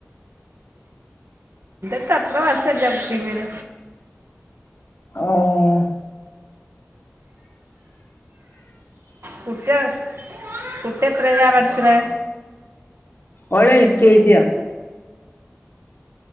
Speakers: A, on the right (about 75°); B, on the left (about 60°).
A: ൻക്ക് അത്ര വശല്ല കുക്കിങ്ങിന്
B: ഓഹ്
A: കുട്ടി കുട്ടി എത്രലാ പട്ച്ച്ണെ
B: ഓള് എൽ കെ ജിയാ